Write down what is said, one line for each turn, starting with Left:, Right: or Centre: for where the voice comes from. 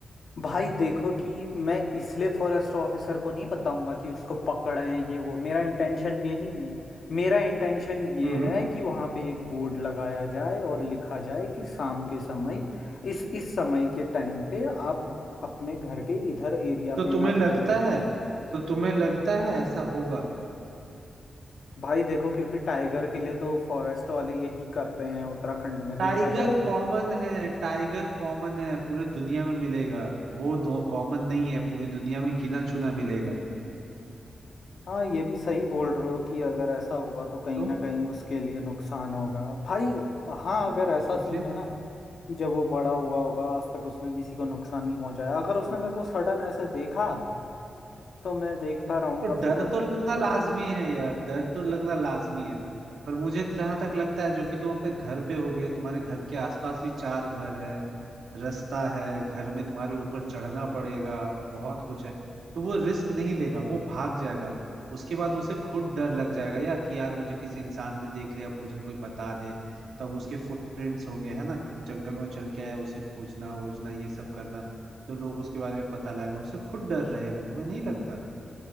Left: भाई देखो कि मैं इसलिए फॉरेस्ट ऑफिसर को नहीं बताऊंगा कि उसको पकड़ें ये वो मेरा इंटेंशन ये नहीं है मेरा इंटेंशन ये
Right: हम्म
Left: है कि वहां पे एक बोर्ड लगाया जाए और लिखा जाए कि शाम के समय इस इस समय के टाइम पे आप अपने घर के इधर एरिया
Right: तो
Left: पे
Right: तुम्हें
Left: ना घूमें
Right: लगता है तो तुम्हें लगता है ऐसा होगा
Left: भाई देखो क्योंकि टाइगर के लिए तो फॉरेस्ट वाले यही करते हैं उत्तराखंड में
Right: टाइगर
Left: देखा जाए
Right: कॉमन है टाइगर कॉमन है पूरे दुनिया में मिलेगा वो दो कॉमन नहीं है पूरी दुनिया में गिना चुना मिलेगा
Left: हाँ ये भी सही बोल रहे हो कि अगर ऐसा हुआ तो कहीं
Right: तो,
Left: ना कहीं उसके लिए नुकसान होगा भाई हाँ अगर ऐसा
Right: तो फिर
Left: सीन है ना कि जब वो बड़ा हुआ होगा आज तक उसने किसी को नुकसान नहीं पहुंचाया अगर उसने मेरे को सडन ऐसे देखा तो मैं देखता रहूंगा
Right: तो डर
Left: फिर
Right: तो
Left: अगर
Right: लगना लाजमी है यार डर तो लगना लाजमी है पर मुझे जहां तक लगता है जो कि तुम अपने घर पे होगे तुम्हारे घर के आसपास भी चार घर हैं रास्ता है घर में तुम्हारे ऊपर चढ़ना पड़ेगा बहुत कुछ है तो वो रिस्क नहीं लेगा वो भाग जाएगा उसके बाद उसे खुद डर लग जाएगा यार कि यार मुझे किसी इंसान ने देख लिया अब मुझे कोई बता दे तब उसके फुटप्रिंट्स होंगे है ना जंगल में वो चल के आया उसे खोजना वोजना ये सब करना तो लोग उसके बारे में पता लगाएंगे उसे खुद डर रहेगा तुम्हें नहीं लगता